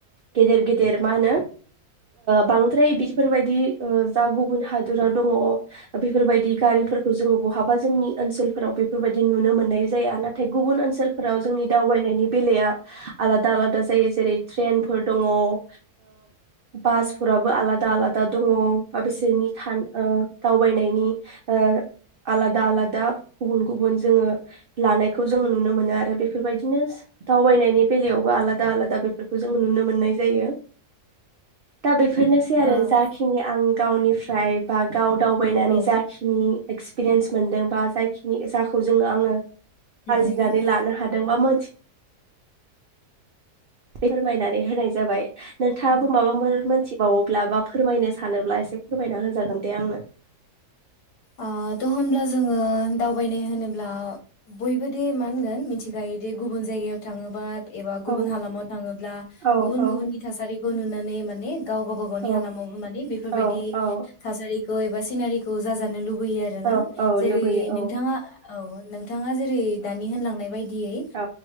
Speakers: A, on the right; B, on the left.
A: गेदेर गेदेर मा होनो बांद्राय बेफोरबायदि जा गुबुन हादोराव दङ बेफोरबायदि गारिफोरखौ जोो बहाबा जोंनि ओनसोलफोराव बेफोरबायदि नुनो नुनो मोननाय जाया नाथाय गुब ओनसोल। फोराव जोंनि दावबायनायनि बेलाया। आलादा आलादा जायो जेरै ट्ररेन। फोर दङ ओ बासफोराबो आलादा आलादा दङ। आं बिसोरनि थान दाउ। बायनायनि ओ आलादा आलादा गुबुन गुबुन जोङो लानायखौ जों नुनो मोनो आरो बेफोरबायदि बिदिनो दावबायनायनि बेलायाव आलादा आलादा बेफोरखौ जोंङो नुनो मोननाय जायो दा बेफो फोरनोसै आरो
B: औ ओ
A: जाखिनि आं गावनिफ्राय बाग दाव दावबायनानै
B: औ उम
A: जाखिनि एक्सपिरियेन्स मोनदों बा जायखिनि जाखौ जोङो आङो आरजिनानै
B: उम
A: लानो हादों बा मोन फोरमायनानै होनाय जाबाय। नोंथाङाबो
B: औ
A: माबा मोर मोनथि बावोब्ला बा फोरमायनो सानोब्ला एसे फोरमायना होजागोन दे आंनो।
B: आ थ' होमब्ला जोङो दावबायनाय होनोब्ला बयबोदि मा होनगोन मिथिखायोदि गुबुन जायगायाव थाङोबा एबा
A: औ
B: गुबुन हालामाव थाङोब्ला
A: औ
B: गुबुन
A: औ
B: गुबुननि थासारि नुनानै माने गाव गावबा गावनि
A: औ
B: हालामावबो माने बेफोरबायदि
A: औ औ
B: थासारि खौ एबा सिनारि जाजानो लुब लुबैयो आरो
A: औ
B: ना
A: औ
B: जेरै
A: लुगैयो
B: नोंथाङा औ नोंथाङा जेरै दानि होनलांनाय बाय दियै
A: औ